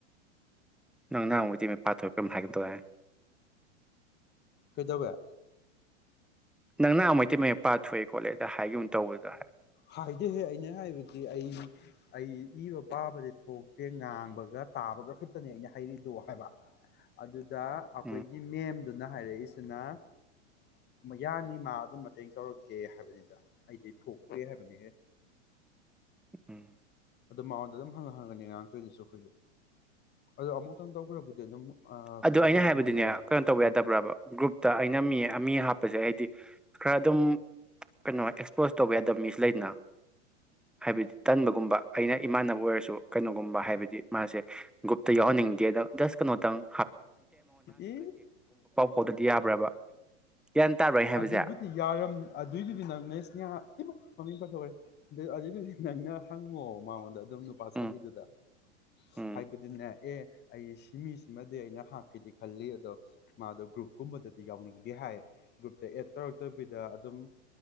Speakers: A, in the centre; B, on the left (about 30°).
A: ꯅꯪ ꯉ꯭ꯔꯥꯡ ꯃꯩꯇꯩ ꯃꯌꯦꯛ ꯄꯥ ꯊꯣꯛꯑꯦꯄꯨꯝ ꯍꯥꯏꯒꯨꯝ ꯇꯧꯑꯦ
B: ꯀꯩꯗꯧꯔꯦ
A: ꯅꯪꯅ ꯃꯩꯇꯩ ꯃꯌꯦꯛ ꯄꯥꯊꯣꯛꯑꯦ ꯈꯣꯠꯂꯦꯗ ꯍꯥꯏꯒꯤꯒꯨꯝ ꯇꯧꯕꯗꯨꯗ ꯍꯥꯏꯕ
B: ꯍꯥꯏꯗꯤꯍꯦ ꯑꯩꯅ ꯍꯥꯏꯕꯗꯤ ꯑꯩ ꯑꯩ ꯏꯕ ꯄꯥꯕꯗꯤ ꯊꯣꯛꯇꯦ ꯉꯥꯡꯕꯒ ꯇꯥꯕꯒ ꯈꯛꯇꯅꯤ ꯑꯩꯅ ꯍꯥꯏꯔꯤꯗꯣ ꯍꯥꯏꯕ ꯑꯗꯨ ꯗ ꯑꯩꯈꯣꯏꯒꯤ
A: ꯎꯝ
B: ꯃꯦꯟ ꯑꯗꯨꯅ ꯍꯥꯏꯔꯛꯏꯁꯤꯅ ꯌꯥꯅꯤ ꯃꯥ ꯑꯗꯨ ꯃꯇꯦꯡ ꯇꯧꯔꯛꯀꯦ ꯍꯥꯏꯕꯅꯤꯗ ꯑꯩꯗꯤ ꯊꯣꯛ ꯀ ꯍꯥꯏꯕꯅꯤ ꯍꯦ
A: ꯎꯝ
B: ꯑꯗꯨ ꯃꯉꯣꯟꯗ ꯑꯗꯨꯝ ꯍꯪꯉ ꯍꯪꯉꯒꯅꯤ ꯉꯔꯥꯡꯇꯣꯏꯗꯨꯁꯨ ꯑꯩꯈꯣꯏꯁꯨ ꯑꯗꯣ ꯑꯃꯨꯛꯇꯪ ꯇꯧꯈ꯭ꯔꯕꯕꯨꯗꯤ ꯑꯗꯨꯝ ꯑꯥ
A: ꯑꯗꯨ
B: ꯈꯔꯕꯨꯗꯤ
A: ꯑꯩꯅ ꯍꯥꯏꯕꯗꯤꯅꯦ
B: ꯃꯥꯟꯅꯔꯅꯤ
A: ꯀꯩꯅꯣ ꯇꯧꯕ ꯌꯥꯗꯕ꯭ꯔꯕ ꯒ꯭ꯔꯨꯞꯇ ꯑꯩꯅ ꯃꯤ ꯃꯤ ꯍꯥꯞꯄꯁꯦ ꯍꯥꯏꯗꯤ ꯈꯔ ꯑꯗꯨꯝ ꯀꯩꯅꯣ ꯑꯦꯛꯁꯄꯣꯖ ꯇꯧꯕ ꯌꯥꯗꯕ ꯃꯤꯁꯤ ꯂꯩꯗꯅ ꯍꯥꯏꯕꯗꯤ ꯇꯟꯕꯒꯨꯝꯕ ꯑꯩꯅ ꯏꯃꯥꯟꯅꯕ ꯑꯣꯏꯔꯁꯨ ꯀꯩꯅꯣꯒꯨꯝꯕ ꯍꯥꯏꯕꯗꯤ ꯃꯥꯁꯦ ꯒ꯭ꯔꯨꯞꯇ ꯌꯥꯎꯍꯟꯅꯤꯡꯗꯦꯗ ꯖꯁ ꯀꯩꯅꯣꯇꯪꯞ
B: ꯏ
A: ꯐꯥꯎꯗꯗꯤ ꯌꯥꯕ꯭ꯔꯕ ꯒ꯭ꯌꯥꯟ ꯇꯥꯕ꯭ꯔꯥ ꯑꯩ ꯍꯥꯏꯕꯁꯦ
B: ꯑꯗꯨꯕꯨꯗꯤ ꯌꯥꯔꯝ ꯑꯗꯨꯏꯗꯨꯗꯤ ꯅꯪ ꯅꯁꯅꯤꯍ ꯃꯃꯤꯡ ꯄꯠꯊꯣꯛꯔꯦ ꯑꯖꯤ ꯀ ꯅꯪꯅ ꯍꯪꯉꯣ ꯃꯉꯣꯟꯗ ꯑꯗꯨꯝ ꯅꯨꯄꯥ ꯁꯥꯕꯤꯗꯨꯗ
A: ꯎꯝ ꯎꯝ
B: ꯍꯥꯏꯕꯗꯤꯅꯦ ꯑꯦ ꯑꯩ ꯁꯤ ꯃꯤꯁꯤꯃꯗꯤ ꯑꯩꯅ ꯍꯥꯞꯀꯦꯗꯤ ꯈꯜꯂꯤ ꯑꯗꯣ ꯃꯥꯗꯣ ꯒ꯭ꯔꯨꯞꯀꯨꯝꯕꯗꯗꯤ ꯌꯥꯎꯅꯤꯡꯗꯦ ꯍꯥꯏ ꯒ꯭ꯔꯨꯞꯇ ꯑꯦꯗ ꯇꯧꯔꯛꯇꯕꯤꯗ ꯑꯗꯨꯝ